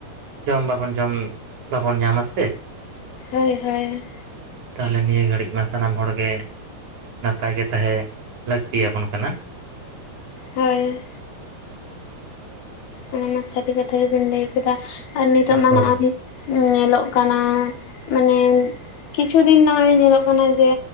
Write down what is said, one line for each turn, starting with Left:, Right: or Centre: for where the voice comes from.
Right: ᱡᱚᱢ ᱵᱟᱵᱚᱱ ᱡᱚᱢ ᱵᱟᱵᱚᱱ ᱧᱟᱢᱟ ᱥᱮ,
Left: ᱦᱳᱭ ᱦᱳᱭ
Right: ᱛᱟᱦᱚᱞᱮ ᱱᱤᱭᱟᱹ ᱜᱷᱟᱹᱲᱤᱡ ᱢᱟ ᱥᱟᱱᱟᱢ ᱦᱚᱲ ᱜᱮ ᱱᱟᱯᱟᱭ ᱜᱮ ᱛᱟᱦᱮᱸ ᱞᱟᱹᱠᱛᱤᱭᱟᱵᱚᱱ ᱠᱟᱱᱟ
Left: ᱦᱳᱭ ᱚᱱᱟ ᱢᱟ ᱥᱟᱹᱨᱤ ᱠᱟᱛᱷᱟ ᱜᱮᱵᱮᱱ ᱞᱟᱹᱭ ᱠᱮᱫᱟ ᱟᱨ ᱱᱤᱛᱚᱜ ᱢᱟ
Right: ᱦᱳᱭ
Left: ᱱᱚᱜ-ᱚᱭ ᱧᱮᱞᱚᱜ ᱠᱟᱱᱟ ᱢᱟᱱᱮ ᱠᱤᱪᱷᱩ ᱫᱤᱱ ᱱᱚᱜ-ᱚᱭ ᱧᱮᱞᱚᱜ ᱠᱟᱱᱟ ᱡᱮ